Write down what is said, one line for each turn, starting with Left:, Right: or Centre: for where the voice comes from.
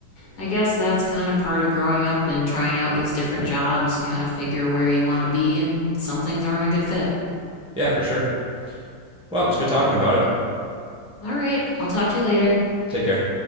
Left: I guess that's kind of part of growing up and trying out these different jobs. You kind of figure where you want to be and some things aren't a good fit.
Centre: Yeah, for sure. Well, it was good talking about it.
Left: All right. I'll talk to you later.
Centre: Take care.